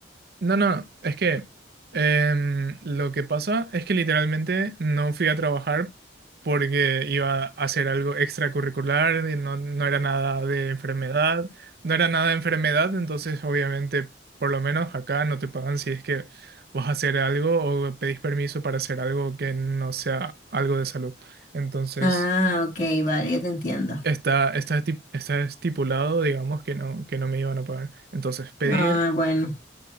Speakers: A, on the right (about 55°); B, on the left (about 45°).
A: No, no, es que em, lo que pasa es que literalmente no fui a trabajar porque iba a hacer algo extracurricular, y no, no era nada de enfermedad, no era nada de enfermedad, entonces obviamente por lo menos acá no te pagan si es que vas a hacer algo o pedís permiso para hacer algo que no sea algo de salud. Entonces
B: Ah, ok, vale, ya te entiendo.
A: está, está, esti- está estipulado, digamos, que no, que no me iban a pagar. Entonces pedí
B: Ah, bueno,